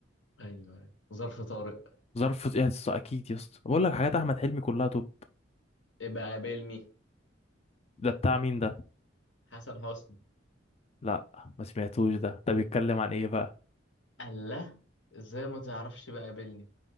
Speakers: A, on the left (about 70°); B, on the left (about 35°).
A: ايوه ايوه ظرف طارق
B: ظرف ايه يا اسطى اكيد يا اسطى بقول لك حاجات احمد حلمي كلها توب
A: ابقى قابلني
B: ده بتاع مين ده
A: حسن حسني
B: لا ما سمعتوش ده ده بيتكلم عن ايه بقى
A: الله ازاي ما تعرفش بقى قابلني